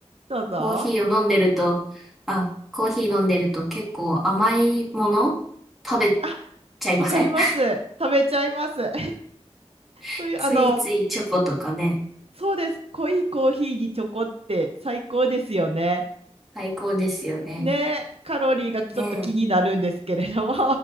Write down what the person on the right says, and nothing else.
どうぞ。
あ、
わかります。食べちゃいます。
そういうあの
そうです濃いコーヒーにチョコって最高ですよね。
ねカロリーがちょっと気になるんですけれども